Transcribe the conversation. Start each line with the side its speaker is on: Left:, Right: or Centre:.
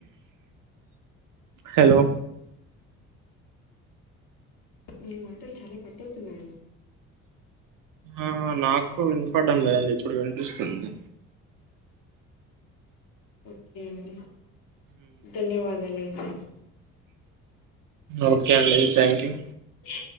Right: హలో
Left: నే మాటలు చాలా పట్టవుతున్నా
Right: ఆ నాకు వినిపడం లేదండి ఇప్పుడు వినిపిస్తుంది
Left: ఓకే అండి ధన్యవాదాలండి
Right: ఓకే అండి థ్యాంక్ యూ
Left: అ